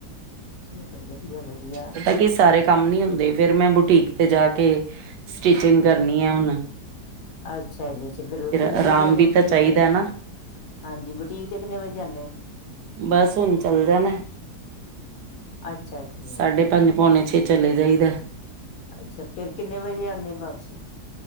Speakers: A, on the left; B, on the right.
A: ਚਲੋ ਫਿਰ ਵਦੀਆ ਵਦੀਆ
B: ਪਤਾ ਕੀ ਸਾਰੇ ਕੰਮ ਨ ਹੁੰਦੇ ਫੇਰ ਮੈਂ ਬੁਟੀਕ ਤੇ ਜਾ ਕੇ ਸਟਿਚਿੰਗ
A: ਹਾਂ
B: ਕਰਨੀ ਐ ਹੁਨ
A: ਅੱਛਾ ਜੀ ਤੇ ਫੇਰ ਕਿੰਨੇ
B: ਆਰਾਮ
A: ਵਜੇ ਆੰਦੇ
B: ਵੀ
A: ਬੁਟੀਕ
B: ਤਾਂ ਚਾਹੀਦਾ
A: ਤੇ
B: ਨਾ
A: ਹਾਂਜੀ ਬੁਟੀਕ ਤੇ ਕਿੰਨੇ ਵਜੇ ਜਾਂਨੇ ਔ
B: ਬਸ ਹੁਨ ਚੱਲ ਜਾਨਾ
A: ਅੱਛਾ-ਅੱਛਾ-ਅਛਾ
B: ਸਾਢੇ ਪੰਜ ਪੌਣੇ ਛੇ ਚਲੇ ਜਾਈਦਾ
A: ਅੱਛਾ ਫਿਰ ਕਿੰਨੇ ਵਜੇ ਆਨੇ ਵਾਪਸੀ